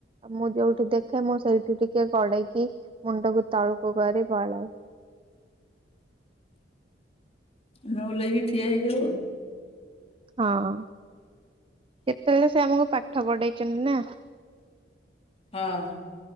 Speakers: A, on the right; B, on the left.
A: ଆଉ ମୁଁ ଯୋଉଠି ଦେଖେ ମୁଁ ସେଇଠି ଟିକେ ଗଡେଇକି ମୁଣ୍ଡକୁ ତଳୁକୁ କରି ପଳାଏ।
B: ଆମେ ଓହ୍ଲେଇକି ଠିଆ ହେଇଯାଉ ଆଉ।
A: ହଁ। କେତେବେଳେ ସେ ଆମକୁ ପାଠ ପଢେଇଛନ୍ତି ନାଁ?
B: ହଁ।